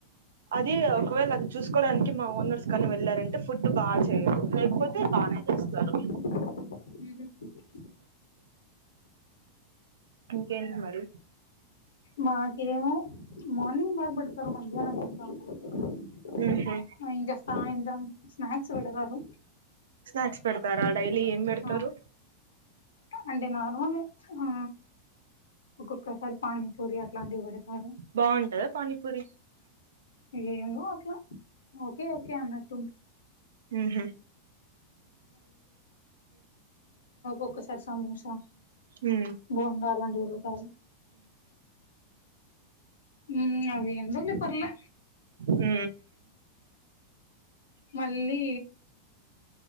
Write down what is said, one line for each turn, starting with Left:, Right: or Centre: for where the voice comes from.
Right: అది ఒకవేళ అది చూసుకోవడానికి మా ఓనర్స్ కాని వెళ్ళారంటే ఫుడ్ బాచెయ్యరు లేకపోతే బానే చేస్తరు.
Left: ఉహ్
Right: ఇంకేంటి మరి?
Left: మాకేమో మార్నింగ్ బాగ పెడతారు మధ్యానం <inaudible>
Right: ఉహు
Left: ఆ ఇంకా సాయంత్రం స్నాక్స్ పెడతరు.
Right: స్నాక్స్ పెడతారా డైలీ ఏం పెడతరు?
Left: ఆ అంటే నార్మలే. ఆ ఒక్కొక్కసారి పానీపూరి అట్లాంటివి పెడతారు.
Right: బావుంటదా పానీపూరి.
Left: ఏమో అట్లా ఓకే ఓకే అన్నట్టు ఉం
Right: ఉహ్
Left: ఒక్కసారి సమోసా
Right: హ్మ్
Left: బోండా అలాంటివి పెడతారు ఊ అవి ఎంరుల్లి పర్లే.
Right: హ్
Left: మళ్ళీ